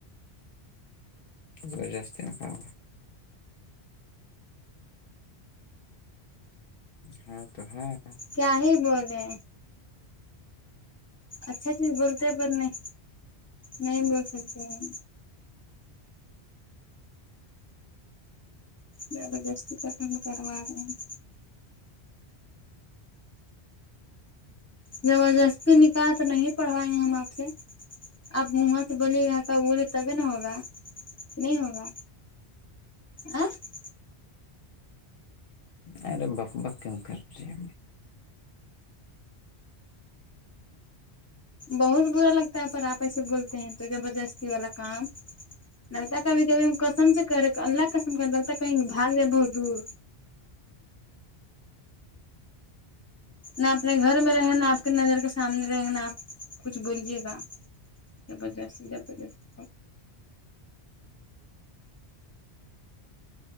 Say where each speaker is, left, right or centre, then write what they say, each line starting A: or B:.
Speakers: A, on the left; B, on the left.
A: زور جاست ن کاا ہاں تو ہےاں
B: کیا ہی بولے اچھا چیز بولتے ہیں پر نہیں نہیں بول سکتے ہیں زبردستی کرٹن کروا رہا ہیں زبردستی نکالح تو نہیں پڑھوائیں گے ہم آپ سے آپ وہاں سے بولیے گ کا اولے تبھی ن ہوگا کہ نہیں ہوگا آ <unintelligible>
A: اور ب باکم کر رہ
B: بہت برا لگتا ہے پر آپ ایسے بولتے ہیں تو زبردستی والا کام للتا کابھی کبھی کسم سے کرے اللہ کسم کر للتا کایںھاگ دیں بہت دور نہ اپنے گھر میں رہیں نہا آپ کی نظر کے سامنے رہیں نہا آپ کچھ بولیے گا زبردست زبردست